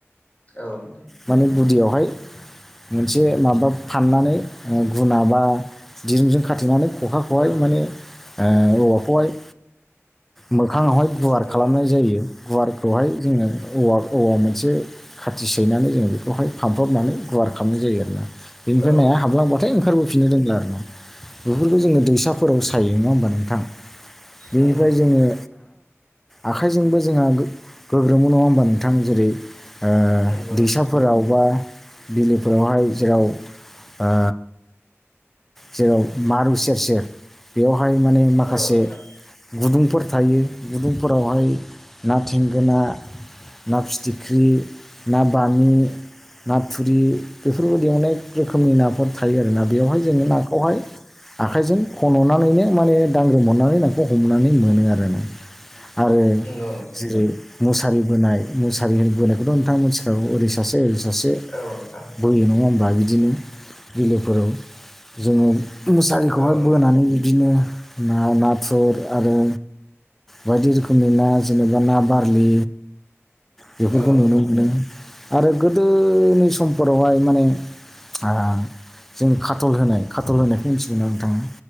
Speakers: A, on the left; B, in the centre.
A: औ नोंथां।
B: माने गुदियावहाय मोनसे माबा फाननानै ओ गुना बा दिरुंजों खाथेनानै खखा खौहाय
A: औ नोंथां
B: माने ओ औवाखौहाय मोखाङावहाय गुवार
A: औ
B: खालामनाय
A: नोंथां
B: जायो गुवारखौहाय जोङो औवा औवा मोनसे खाथि सैनानै जों बेखौहाय फानफबनानै गुवार खालामनाय जायो आरोना बेनिफ्राय
A: औ
B: नाया
A: नोंथां
B: हाबलांबाथाय ओंखारबोफिननो रोंला आरो ना बेफोरखौ जोङो दै फोराव सायो नङा होमबा नोंथां बेनिफ्राय
A: नंगौ नोंथां
B: जोङो आखाइजोंबो जोंहा गो गोग्रोमो नङा होमबा नोंथां जेरै ओ
A: नंगौ नोंथां
B: दैसाफोराव बा बिलोफोरावहाय जेराव ओ जेराव मारु सेर सेर बेयावहाय माने माखासे
A: औ नोंथां
B: गुदुंफोर थायो गुदुंफोरावहाय ना थेंगोना ना फिथिख्रि ना बामि नाथुरि बेफोरबायदि अनेक रोखोमनि नाफोर थायो आरोना बेयावहाय जोङो नाखौहाय आखाइजों खननानैनो माने दांग्रोमहरनानै नाखौ हमनानै मोनो आरो ना आरो
A: नंगौ नोंथां
B: जेरै मुसारि बोनाय मुसारि होन बोनायखौथ' नोंथाङा मिथिखागौ ओरै सासे ओरै सासे
A: औ नोंथां
B: बोयो नङा होमबा बिदिनो बिलोफोराव जोङो मुसारिखौहाय
A: औ नोंथां
B: बोनानै बिदिनो ना नाथुर आरो बायदि रोखोमनि ना जेनेबा ना बारलि बेफोरखौ
A: औ
B: नुनो
A: नोंथां
B: मोनो आरो गोदोनि समफोरावहाय माने आं जों खाटल होनाय खाथल होनायखौ मिथिगौ आं नोंथाङा